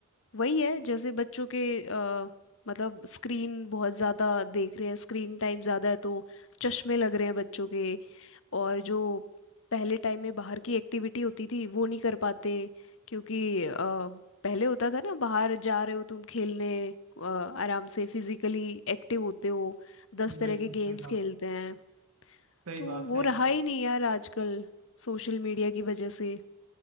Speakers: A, on the left (about 60°); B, on the right (about 80°).
A: वही है जैसे बच्चों के अ, मतलब स्क्रीन बहुत ज़्यादा देख रहे हैं स्क्रीन टाइम ज़्यादा है तो चश्मे लग रहे हैं बच्चों के और जो पहले टाइम में बाहर की एक्टिविटी होती थी वो नहीं कर पाते क्योंकि अ, पहले होता था ना बाहर जा रहे हो तुम खेलने अ, आराम से फिजिकली एक्टिव होते हो दस तरह
B: बिल्कुल
A: के
B: सही
A: गेम्स
B: बात
A: खेलते हैं
B: सही
A: तो
B: बात
A: वो
B: है
A: रहा ही नहीं यार आजकल सोशल मीडिया की वजह से